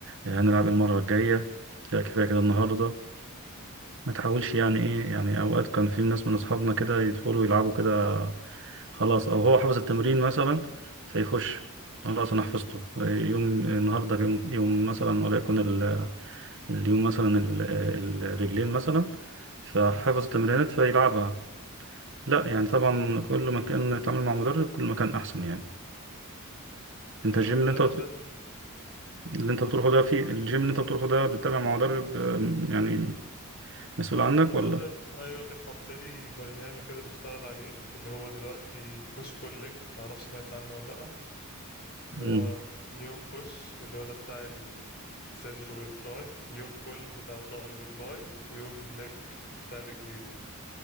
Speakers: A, on the right (about 55°); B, on the left (about 45°).
A: آه، هنلعب المرة الجاية لا كفاية كده النهاردة ما تحاولش يعني ايه يعني اوقات كان في ناس من اصحابنا كده يدخلوا يلعبوا كده خلاص او هو حفظ التمرين مثلا فيخش خلاص انا حفظته يوم النهارده يوم يوم مثلا وليكن ال- اليوم مثلا ال- الرجلين مثلا فحفظ
B: امم
A: التمرينات فيلعبها لا يعني طبعا كل ما كان يتعامل مع مدرب كل ما كان احسن يعني انت
B: ايوه
A: الجيم
B: ما هو مدرب
A: اللي انت
B: لازم مم.
A: اللي انت بتروحه ده في الجيم اللي انت بتروحه ده بتتابع مع مدرب آه، يعني مسؤول
B: هو
A: عنك
B: في مدرب
A: ولا؟
B: ايوه كان حاط لي برنامج كده بشتغل عليه اللي هو دلوقتي بوش بول ليج ما اعرفش سمعت عنه ولا لا اللي
A: مم.
B: هو يوم بوش اللي هو ده بتاع الصدر والتراي يوم بول بتاع الظهر والباي ويوم ليج بتاع الرجلين يعني